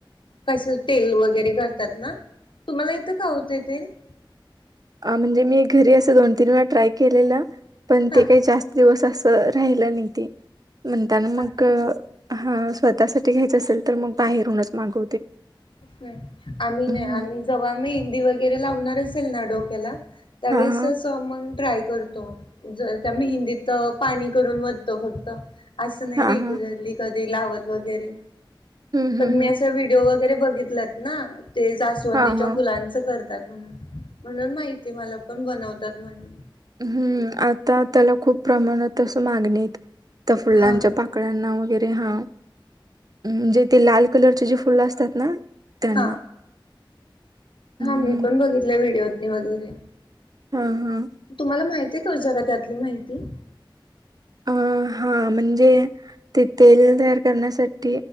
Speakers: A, on the left; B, on the right.
A: कस तेल वगैरे करतात ना, तुम्हाला येतो का हो? ते तेल.
B: अ म्हणजे मी घरी असं दोन तीन वेळा ट्राय केलेलं पण
A: हा
B: ते काही जास्त दिवस अस राहिलं नाही ते म्हणताना
A: हा
B: मग
A: का.
B: हा स्वतःसाठी घ्यायचं असेल तर मग बाहेरहूनच माग
A: होय, आम्ही नाही
B: हा
A: आम्ही जव्हा मेहंदी वगैरे लावणार असेल ना डोक्याला त्यावेळेस
B: हा
A: स मग ड्राय करतो जर त्या मेहंदीत पाणी करून वतो फक्त. असं नाही
B: हां,
A: रेग्युलरली
B: हां.
A: कधी लावत वगैरे
B: हं,
A: पण
B: हं,
A: मी
B: हं.
A: असं व्हिडिओ व वगैरे बघितलेत ना ते जास्वंदीच्या
B: हां, हां.
A: फुलांच करतात म्हणून. म्हणून माहिती मला पण बनवतात म्हणून.
B: हम्म आता त्याला खूप प्रमाणात असं मागण्यायत. त्या फुलांच्या
A: हा ना.
B: पाकळ्यांना वगैरे हा, म्हजे ते लाल कलरचे जे फुलं असतात ना. त्यांना.
A: हा.
B: हं,
A: हा मी पण बघितलय व्हिडिओतनी वगैरे.
B: हा हा.
A: तुम्हाला माहिती आहे काओ जरा त्यातली माहिती.
B: अ हा म्हणजे ते तेल तयार करण्यासाठी